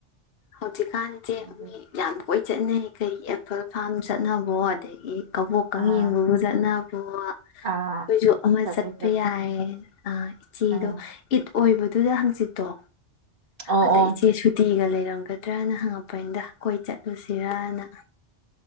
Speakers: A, on the left (about 60°); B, on the right (about 50°).
A: ꯍꯧꯖꯤꯛꯀꯥꯟꯁꯦ
B: ꯑꯗꯨ
A: ꯃꯤ ꯌꯥꯝ ꯀꯣꯏ ꯆꯠꯅꯩ ꯀꯩ ꯑꯦꯄꯜ ꯐꯥꯔꯝ ꯆꯠꯅꯕꯣ ꯑꯗꯒꯤ ꯀꯕꯣꯛꯀꯥꯡ
B: ꯑꯥ
A: ꯌꯦꯡꯕꯕꯨ ꯆꯠꯅꯕ ꯑꯩꯈꯣꯏꯁꯨ
B: ꯑꯥ
A: ꯑꯃ
B: ꯆꯠꯂꯦ
A: ꯆꯠꯄ
B: ꯆꯠꯂꯦ
A: ꯌꯥꯏ ꯏꯆꯦꯗꯣ
B: ꯎꯝ
A: ꯏꯠ ꯑꯣꯏꯕ ꯑꯗꯨꯗ ꯍꯪꯆꯤꯠꯇꯣ
B: ꯑꯣ
A: ꯑꯗ
B: ꯑꯣ
A: ꯏꯆꯦ ꯁꯨꯇꯤꯒ ꯂꯩꯔꯝꯒꯗ꯭ꯔꯅ ꯍꯪꯉꯛꯄꯅꯤꯗ ꯀꯣꯏ ꯆꯠ ꯂꯨꯁꯤꯔꯥꯅ